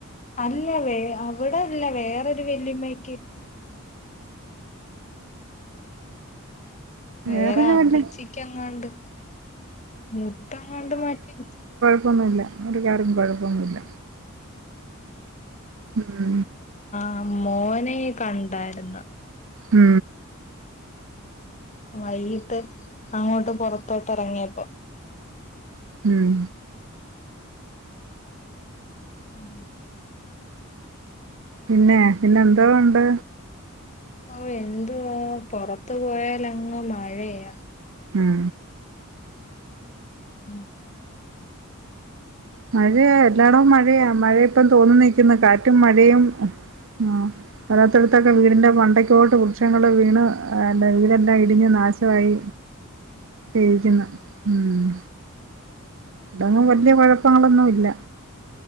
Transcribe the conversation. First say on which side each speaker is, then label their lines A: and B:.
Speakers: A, on the left (about 35°); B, on the right (about 60°).
A: അല്ല വേ അവിടെ അല്ല വേറൊരു വെല്ലിയമ്മക്ക് വേറെ
B: വേറൊരു
A: അപ്പച്ചിക്ക്
B: വല്ല
A: എങ്ങാണ്ട് മുട്ടം കൊണ്ട് മാറ്റി
B: കുഴപ്പൊന്നുല്ല അവർക്കർക്കും കുഴപ്പമൊന്നുല്ല ഉം
A: ആ മോന കണ്ടായിര്ന്ന്
B: ഉം
A: ഉ വൈകിട്ട് അങ്ങോട്ട് പൊറത്തോട്ടറങ്ങിയപ്പൊ
B: ഉം
A: ഉം
B: പിന്നെ പിന്നെ എന്താ ഉണ്ട്
A: ഓ എന്ത്വ പൊറത്തു പോയാലങ്ങ് മഴയാ
B: ഉം
A: ഉം
B: മഴയാ എല്ലാടും മഴയാ മഴയിപ്പം തോന്നുനിക്കുന്നു കാറ്റും മഴയും ആ അല്ലാത്തടത്തൊക്കെ വീടിന്റെ മണ്ടയ്ക്കോട്ട് വൃക്ഷങ്ങള് വീണ് വീടെല്ലാം ഇടിഞ്ഞ് നാശവായി രിക്കുന്ന ഉം തങ്ങും വല്യ കൊഴപ്പങ്ങളൊന്നു ഇല്ല